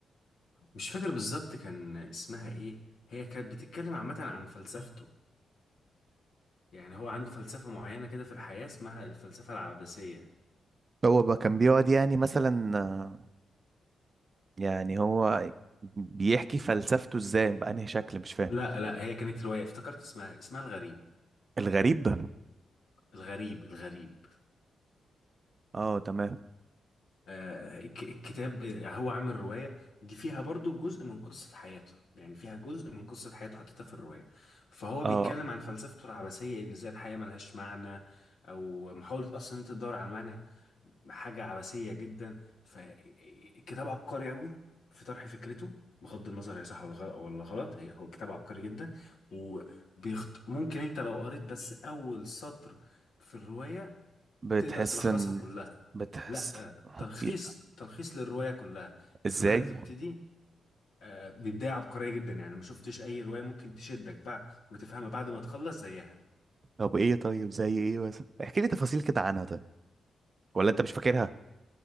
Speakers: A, on the left; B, on the right.
A: مش فاكر بالظبط كان اسمها ايه هي كانت بتتكلم عامة عن فلسفته يعني هو عنده فلسفة معينة كده في الحياة اسمها الفلسفة العباسية
B: هو بقى كان بيقعد يعني مثلا آه، يعني هو بيحكي فلسفته ازاي بأنهي شكل مش فاهم
A: لا لا هي كانت رواية افتكرت اسمها اسمها الغريب
B: الغريب
A: الغريب الغريب
B: اه تمام
A: آه الك- الكتاب هو عامل رواية دي فيها برضو جزء من قصة حياته يعني فيها جزء من قصة حياته حطيتها في الرواية فهو
B: اه
A: بيتكلم عن فلسفته العباسية ان ازاي الحياة ملهاش معنى او محاولة اصلا إن انت تدور على معنى حاجة عبثية جدا فالكتاب عبقري قوي في طرح فكرته بغض النظر هي صح ولا غ- ولا غلط هي- هو كتاب عبقري جدا وبيخط... ممكن انت لو قريت بس اول سطر في الرواية
B: بتحس
A: تقدر تلخصها
B: ان
A: كلها
B: بتحس
A: لا تلخيص
B: ي-
A: تلخيص للرواية كلها
B: ازاي
A: الرواية بتبتدي آه، ببداية عبقرية جدا يعني ما شفتش اي رواية ممكن تشدك بقى وتفهمها بعد ما تخلص زيها
B: طب ايه طيب زي ايه بس احكي لي تفاصيل كده عنها طيب ولا انت مش فاكرها